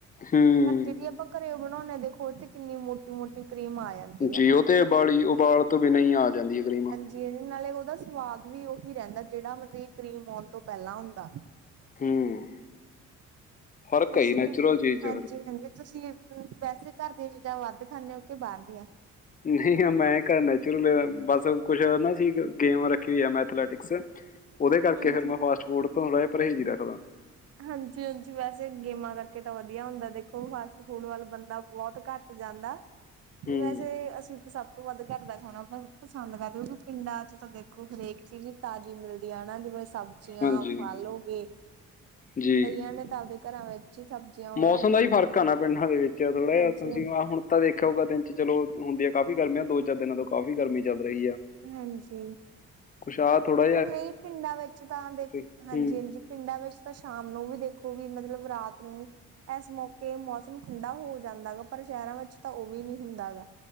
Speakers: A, on the left; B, on the right.
A: ਹੂੰ
B: ਪਰ ਜਿਹੜੀ ਆਪਾਂ ਘਰੇਓ ਬਣਾਉਂਣੇ ਦੇਖੋ ਕਿੰਨੀ ਮੋਟੀ- ਮੋਟੀ ਕਰੀਮ ਆ ਜਾਂਦੀ ਆ
A: ਜੀ ਉਹ ਤੇ ਉਬਾਲੀ ਉਬਾਲ ਤੋਂ ਬਿਨਾਂ ਵੀ ਆ ਜਾਂਦੀ ਐ ਕਰੀਮ।
B: ਜਿਹ ਨਾਲੇ ਉਹਦਾ ਸਵਾਦ ਵੀ ਉਹੀ ਰਹਿੰਦਾ ਜਿਹੜਾ ਮਤਲਬ ਕਰੀਮ ਆਉਣ ਤੋਂ ਪਹਿਲਾਂ ਹੁੰਦਾ।
A: ਹੂੰ ਫਰਕ
B: ਇਸ
A: ਏ ਈ
B: ਲਈ
A: ਨੈਚੁਰਲ ਚੀਜ਼
B: ਹਾਂਜੀ-ਹਾਂਜੀ
A: ਚ
B: ਤੁਸੀਂ ਵੈਸੇ ਘਰ ਦੀਆਂ ਚੀਜ਼ਾਂ ਵੱਧ ਖਾਂਦੇੇ ਹੋ ਕਿ ਬਾਹਰ ਦੀਆਂ?
A: ਨਹੀਂ ਮੈਂ ਘਰ ਨੈਚੁਰਲ ਬਸ ਕੁਛ ਨਾ ਸੀ ਗੇਮ ਰੱਖੀ ਹੋਈ ਆ ਮੈਂ। ਅਥਲੈਟਿਕਸ ਉਹਦੇ ਕਰਕੇ
B: ਹਾਂਜੀ।
A: ਫੇਰ ਮੈਂ ਫਾਸਟ ਫੂਡ ਤੋਂ ਥੋੜਾ ਜਹਾ ਪਰਹੇਜ਼ ਹੀ ਰੱਖਦਾ।
B: ਹਾਂਜੀ-ਹਾਂਜੀ ਵੈਸੇ ਗੇਮਾਂ ਕਰਕੇ ਤਾਂ ਵਧੀਆ ਹੁੰਦਾ ਦੇਖੋ ਫਾਸਟ ਫੂਡ ਵੱਲ ਬੰਦਾ ਬਹੁਤ ਘੱਟ ਜਾਂਦਾ।
A: ਹੂੰ
B: ਵੈਸੇ ਅਸੀਂ ਤਾਂ ਸਭ ਤੋ ਵੱਧ ਘਰ ਦਾ ਖਾਣਾ ਆਪ ਪਸੰਦ ਕਰਦੇ ਉਂਕ ਪਿੰਡਾਂ ਚ ਤਾਂ ਦੇਖੋ ਹਰੇਕ ਚੀਜ਼ ਤਾਜ਼ੀ ਮਿਲਦੀ ਹੈ ਹਨਾ ਜਿਵੇਂ ਸਭ ਸਬੀਆਂ,
A: ਹਾਂਜੀ
B: ਫਲ ਹੋ ਗਏ
A: ਜੀ
B: ਕਈਆਂ ਨੇ ਤਾਂ ਆਪਦੇ ਘਰਾਂ ਵਿੱਚ ਹੀ ਸਬਜ਼ੀਆਂ ਉਗਾਈਆਂ
A: ਮੌਸਮ ਦਾ
B: ਹੁੰਦੀਆਂ
A: ਹੀ ਫਰਕ ਆ ਨਾ ਪਿੰਡਾਂ ਦੇ ਵਿੱਚ ਥੋੜਾ
B: ਹਾਂਜੀ-ਹਾਂਜੀ,
A: ਜਿਹਾ, ਤੁਸੀਂ ਹੁਣ ਤਾਂ ਦੇਖਿਆ ਕਦੇ ਚਲੋ ਹੁੰਦੀ ਆ ਕਾਫ਼ੀ ਗਰਮੀ ਆ ਦੋ- ਚਾਰ ਦਿਨਾਂ ਤੋਂ ਕਾਫ਼ੀ ਗਰਮੀ ਚੱਲ ਰਹੀ ਆ।
B: ਹਾਂਜੀ।
A: ਕੁੱਛ ਆ ਥੋੜਾ
B: ਪਰ ਨਹੀਂ ਪਿੰਡਾਂ ਵਿੱਚ ਤਾਂ ਦੇਖ,
A: ਹੂੰ
B: ਹਾਂਜੀ-ਹਾਂਜੀ। ਪਿੰਡਾਂ ਵਿੱਚ ਤਾਂ ਸ਼ਾਮ ਨੂੰ ਵੀ ਦੇਖੋ ਵੀ ਮਤਲਬ ਰਾਤ ਨੂੰ ਇਸ ਮੌਕੇ ਮੌਸਮ ਠੰਡਾ ਹੋ ਜਾਂਦਾ ਗਾ, ਪਰ ਸ਼ਹਿਰਾਂ ਵਿੱਚ ਤਾਂ ਉਹ ਵੀ ਨਹੀਂ ਹੁੰਦਾ ਹੇਗਾ।